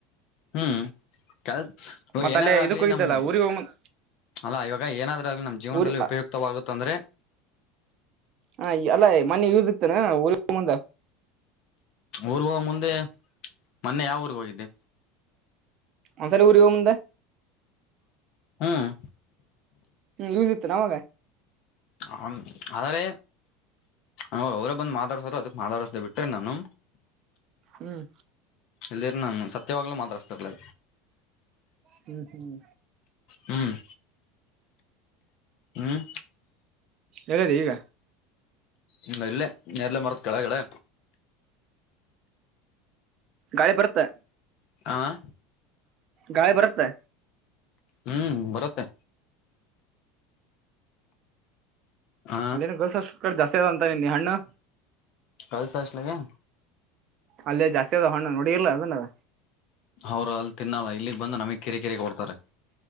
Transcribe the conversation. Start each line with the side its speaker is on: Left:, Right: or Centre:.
Left: ಹ್ಮ್ ಕಲ್
Right: ಮತ್ತ
Left: ಏನಾದ್ರು
Right: ಅಲ್ಲೇ
Left: ಆಗ್ಲಿ
Right: ಇದಕ್ ಹೋಗಿದ್ದಲ್ಲ
Left: ನಮ-
Right: ಊರಿಗೆ ಹೋಗ್
Left: ಅಲ್ಲಾ ಇವಾಗ ಏನಾದ್ರೂ ಆಲಿ ನಮ್ ಜೀವನದಲ್ಲಿ
Right: ಊರಿ
Left: ಉಪಯುಕ್ತವಾಗುತ್ತ ಅಂದ್ರೆ.
Right: ಹ ಅಲ್ಲ ಮನೆ ಇರ್ಸಿತೇನೆ ಊ ಮುಂದ
Left: ಊರ್ ಹೋಗ ಮುಂದೆ ಮೊನ್ನೆ ಯಾವ ಊರ್ಗ್ ಹೋಗಿದ್ದೆ.
Right: ಮಸರ ಗರಿವಮಂದ.
Left: ಹ್ಮ್.
Right: ಹ್ಮ್ ಯೂಸಿತ್ತು ನಮಾಗ.
Left: ಹ ಆದ್ರೆ ನ ಅವರೇ ಬಂದು ಮಾತಾಡ್ಸಾರ ಅದಕ್ ಮಾತಾಡಸ್ದ ಬಿಟ್ರೆ ನಾನು.
Right: ಹ್ಮ್
Left: ಇಲ್ದಿರ ನಾನು ಸತ್ಯವಾಗ್ಲುೂ ಮಾತಾಡ್ಸ್ತಿರ್ಲ.
Right: ಹ್ಮ್ ಹ್ಮ್.
Left: ಹ್ಮ್ ಹ್ಮ್.
Right: ಎಲ್ಲದ ಈಗ.
Left: ಇ ಇಲ್ಲೇ ನೀರ್ಲ್ಲ ಮರತ್ ಕೆಳಗಡೆ.
Right: ಗಾಳಿ ಬರುತ್ತೆ.
Left: ಆಂ.
Right: ಗಾಯ ಬರುತ್ತ
Left: ಹ್ಮ್ ಬರುತ್ತೆ ಹ
Right: ಅಲ್ಲಿನ ಗಲ್ಸ ಕಡೆ ಜಾಸ್ತಿ ಆದ ಅಂತ ನಿ ಹಣ್ಣು
Left: ಕಲ್ ಸಷ್ಟಲಗೆ
Right: ಅಲ್ಲೇ ಜಾಸ್ತಿ ಅದ ಹಣ್ಣ ನೋಡಿರ್ಲ್ಲ ಅದನ್ನದ
Left: ಅವ್ರ ಅಲ್ಲಿ ತಿನ್ನಲ್ಲ ಇಲ್ಲಿಗ್ ಬಂದ ನಮಗ್ ಕಿರಿಕಿರಿ ಕೊಡ್ತಾರೆ